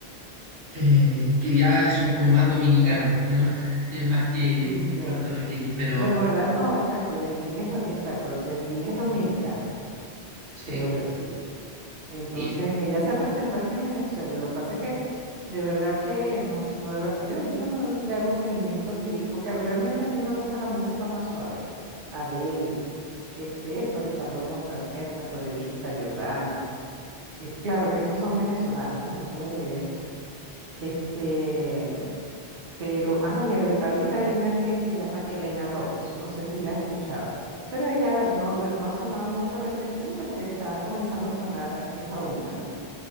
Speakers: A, on the right; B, on the right.
A: eh, que ya son como más dominicanos, ¿no? <laughs> Más que,
B: Mm,
A: que puertorriqueños,
B: Ya.
A: pero
B: Bueno, ¿verdad? No, exacto. Yailin es, do- exacto. Yailin es dominicana,
A: sí,
B: creo yo, sí. Entonces,
A: sí.
B: ella se presentó aquí en Venezuela. Lo que pasa es que de verdad que no, no deba- yo, yo no le hago seguimiento, sí, porque realmente a mí me gusta la música más suave. Adele, este, eso, Ricardo Montaner, Franco De Vita, Giordano. Y claro que esos son venezolanos, ¿no? Eso de, este, Pero, ah, ya ahorita hay una que se llama Elena Rose, no sé si la has escuchado, pero ella no, de- no ha sonado mucho recientemente porque está comenzando a sonar, eh, es ahorita, ¿no?